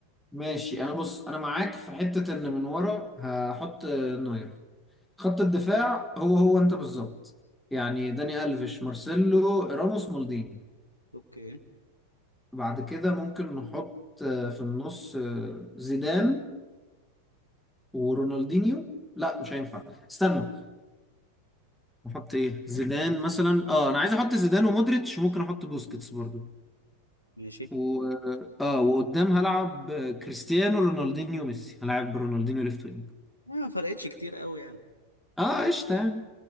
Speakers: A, in the centre; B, on the left.
A: ماشي انا بص انا معاك في حتة ان من ورا هحط آه، نوير خط الدفاع هو هو انت بالظبط يعني داني الفيش مارسيلو راموس مالديني
B: اوكي
A: بعد كده ممكن نحط آه، في النص آه، زيدان ورونالدينيو لا مش هينفع استنى نحط ايه زيدان مثلا اه انا عايز احط زيدان ومودريتش ممكن احط بوسكيتس برضو
B: ماشي
A: و اه وقدام هلعب كريستيانو رونالدينيو ميسي هلعب برونالدينيو ليفت وينج
B: آه، ما فرقتش كتير قوي يعني
A: اه قشطة يعني